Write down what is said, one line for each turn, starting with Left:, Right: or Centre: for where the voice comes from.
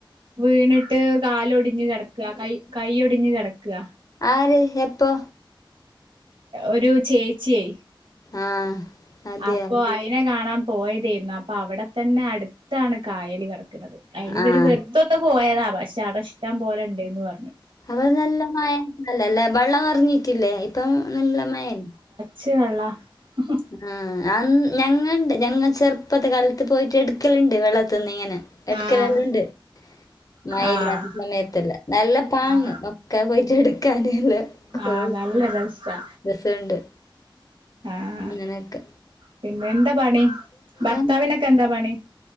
Right: വീണിട്ട് കാല് ഒടിഞ്ഞ് കെടക്കാ കൈ കൈ ഒടിഞ്ഞ് കെടക്കാ
Left: ആര് ഏപ്പോ
Right: ഒരു ചേച്ചിയെ
Left: ആഹ് അതെയോ
Right: അപ്പോ അയിനെ കാണാൻ പോയതെ യിര്ന്ന് പ്പ അവിടെ തന്നെ അട്ത്താണ് കായല് കട അയിൽ ഇവര്
Left: ആഹ്
Right: വെറ്തൊന്ന് പോയതാ പക്ഷെ അടെ ഇഷ്ടം പോലെ ഇണ്ടേന്ന് പറ്ഞ്ഞു
Left: അവാ നല്ല മഴല്ലല്ലേ ബള്ള റിഞ്ഞിറ്റില്ലേ ഇപ്പം നല്ല മഴല്ലേ
Right: ചെള്ള മ്ഹ്
Left: ആഹ് അന് ഞങ്ങണ്ട് ഞങ്ങ ചെറ്പ്പത്ത് കാലത്ത് പോയിട്ട് എടുക്കല്ണ്ട് വെള്ളത്ത്ന്ന് ഇങ്ങനെ എട്ക്കലല്ലോണ്ട്
Right: ആഹ്
Left: മഴയില്ലാത്ത
Right: ആഹ്
Left: സമയ്ത്തല്ല നല്ല പാങ്ങ്
Right: ആഹ്
Left: ഓ ക്ക പോയിറ്റ് എടുക്കാൻള്ള കൊ
Right: ആഹ് നല്ല രസാ
Left: രസ്ണ്ട്
Right: ആഹ്
Left: നിന്കെ
Right: പിന്നെ ന്താ പണി ഭർത്താവിനൊക്കെ
Left: ആഹ്.
Right: ന്താ പണി